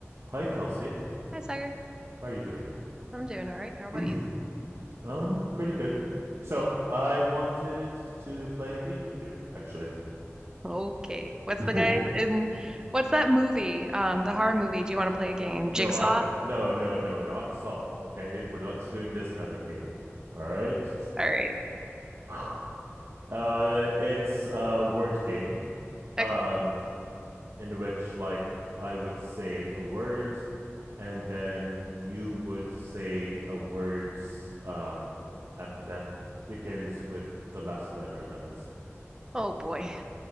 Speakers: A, on the right; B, on the right.
A: Hi, Kelsey.
B: Hi, Sagar.
A: How are you doing?
B: I'm doing all right. How about
A: <clears throat>
B: you?
A: um, pretty good. So I wanted to play a game with you, actually.
B: Okay. What's
A: <laughs>
B: the guy in what's that movie? Um, the horror movie. Do you want to play a game? Jigsaw?
A: No, I no, no, no, not Saw. Okay, we're not doing this kind of game. All right.
B: All right.
A: <sighs> Uh, it's a word game. Um,
B: Okay.
A: in which like I would say a word, and then you would say a word. Um, after that begins with the last letter that I say.
B: Oh boy.